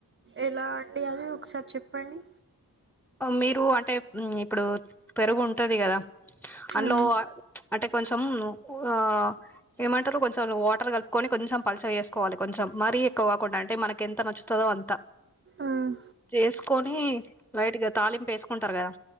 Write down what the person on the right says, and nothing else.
ఎలా అండి అది ఒకసారి చెప్పండి.
మ్మ్
మ్మ్